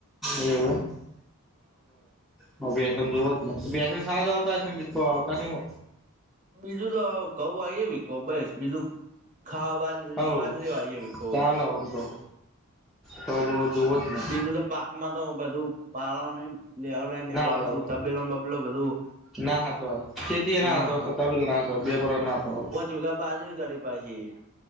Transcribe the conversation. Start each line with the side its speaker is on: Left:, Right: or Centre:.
Centre: એવ બરોબર બીસ હોત મસ્ બસ સાી કો ન હો
Right: બીજું તો કૌવા એ એવી કોબજ બીજું ખાવા બાજ
Centre: અવ
Right: બાજરી વાઈએ વીકો
Centre: ચાલો તો તો બઉ જોવો જ ને
Right: બીજું તો પાક માં તો બધું પાલવા ને લેવલા ને
Centre: ના
Right: પાસુ.
Centre: પાડો
Right: તાબેલોમ બબલો બધું
Centre: ના હતો ખેતી એના
Right: હા
Centre: હતો <inaudible>
Right: ચુગા બાજરી કરી પાછી